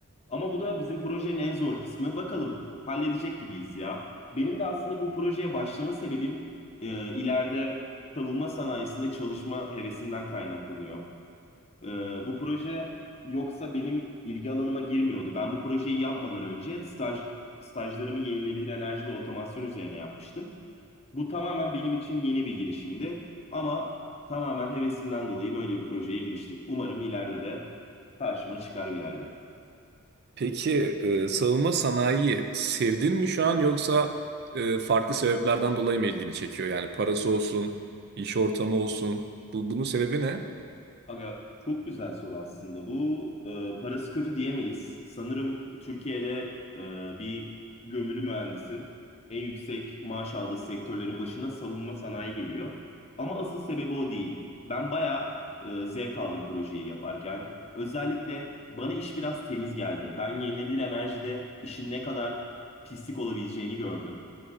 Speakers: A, on the left; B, on the right.
A: Ama bu da bizim projenin en zor kısmı. Bakalım halledecek gibiyiz ya. Benim de aslında bu projeye başlama sebebim e, ileride savunma sanayisinde çalışma hevesimden kaynaklanıyor. Ee, bu proje yoksa benim ilgi alanıma girmiyordu. Ben bu projeyi yapmadan önce staj stajlarımı yenilenebilir enerji ve otomasyon üzerine yapmıştım. Bu tamamen benim için yeni bir girişimdi ama tamamen hevesimden dolayı böyle bir projeye giriştik. Umarım ileride de karşıma çıkar bir yerde.
B: Peki e, savunma sanayiyi sevdin mi şu an yoksa e, farklı sebeplerden dolayı mı ilgini çekiyor? Yani parası olsun, iş ortamı olsun. Bu, bunun sebebi ne?
A: Aga çok güzel soru aslında. Bu e, parası kötü diyemeyiz. Sanırım Türkiye'de e, bir gömülü mühendisin en yüksek maaş aldığı sektörlerin başında savunma sanayi geliyor. Ama asıl sebebi o değil. Ben bayağı e, zevk aldım projeyi yaparken. Özellikle bana iş biraz temiz geldi. Ben yenilenebilir enerjide işin ne kadar pislik olabileceğini gördüm.